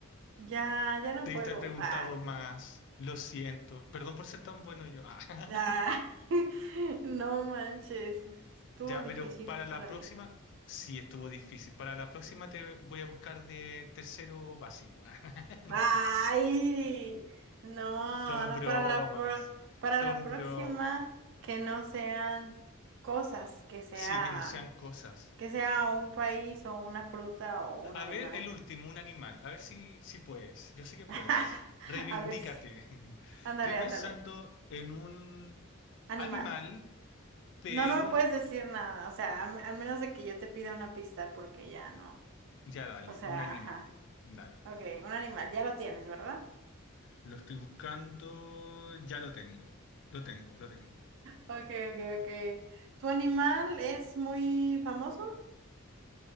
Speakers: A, on the right; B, on the left.
A: ya, ya no
B: Debí
A: juego.
B: estar preguntado
A: Ah.
B: más. Lo siento. Perdón por ser tan bueno yo. Ah. <laughs>
A: Ah, <laughs> no manches, estuvo
B: Ya,
A: difícil
B: pero para la
A: para
B: próxima,
A: mí.
B: sí estuvo difícil. Para la próxima te voy a buscar de tercero básico. <laughs> No,
A: Ay, no,
B: Son
A: no
B: bromas,
A: para la pro- para
B: son
A: la próxima
B: bromas.
A: que no sean cosas, que sea
B: Sí, que no sean cosas.
A: que sea un país o una fruta o
B: A
A: un animal.
B: ver, el último, un animal. A ver si, si puedes. Yo sé que puedes.
A: <laughs>
B: Reivindícate.
A: A ver si.
B: <laughs>
A: Ándale,
B: Estoy pensando
A: ándale.
B: en un
A: Animal.
B: animal, pero
A: No, no me puedes decir nada, o sea, al al menos de que yo te pida una pista porque ya no.
B: ya dale,
A: O sea,
B: un animal.
A: ajá.
B: Dale.
A: Ok, un animal, ya lo tienes, ¿verdad?
B: Lo estoy buscando, ya lo tengo. Lo tengo, lo tengo.
A: Ok, ok, ok. ¿Tu animal es muy famoso?